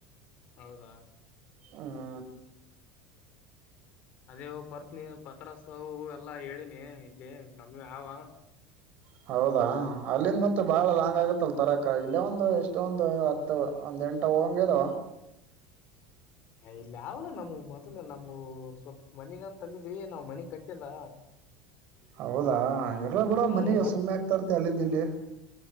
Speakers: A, on the left; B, on the right.
A: ಹೌದಾ.
B: ಹ್ಮ.
A: ಅದೇ ಬರ್ತನಿ ಪತ್ರಾಸವು ಎಲ್ಲಾ ಹೇಳಿನಿ ಇಲ್ಲಿ ನಮ್ಮ ಯಾವ.
B: <inaudible> ಹೌದಾ ಅಲ್ಲಿಂದ ಮತ್ತ ಬಾಳ ಲಾಂಗ್ ಆಗತ್ತಲ್ಲ ಬರಾಕ ಇಲ್ಲೇ ಒಂದ ಎಷ್ಟೊಂದು. ತೊ ಒಂದೆಂಟ ಹೋಗಂಗ ಇದಾವ.
A: ಯ ಇಲ್ಲ ಆವಲ್ಲ ನಮ್ಮ ಮೊದಲ ನಮ್ಮವು ಸ್ವಲ್ಪ ಮನಿಗಂತ ತಂದಿದ್ವಿ ನಾವ್ ಮನಿ ಕಟ್ಟಿಲ್ಲ.
B: ಹೌದಾ ಇರ್ಲ ಬಿಡ
A: ಹ್ಮ್
B: ಮನಿಗ
A: ಮತ್
B: ಸುಮ್ಮನ ಯಾಕ ತರ್ತಿ ಅಲ್ಲಿಂದ ಇಲ್ಲಿ.